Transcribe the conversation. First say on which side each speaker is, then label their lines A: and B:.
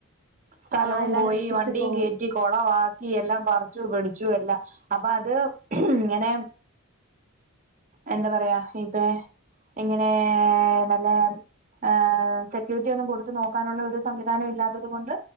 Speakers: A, on the right; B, on the right.
A: സ്ഥലവും
B: ആഹ് എല്ലാം
A: പോയി
B: നശിപ്പിച്ചു
A: വണ്ടിയും
B: പോവും
A: കേറ്റി കൊളവാക്കി എല്ലാം പറിച്ചു പിടിച്ചു എല്ലാം അപ്പഅത് ഇങ്ങനെ എന്താപറയാ ഇപ്പേ ഏ നല്ല <unintelligible> ഹേ സെക്യൂരിറ്റിയൊന്നും കൊടുത്ത് നോക്കാനുള്ള ഒരു സംവിധാനം ഇല്ലാത്തത് കൊണ്ട്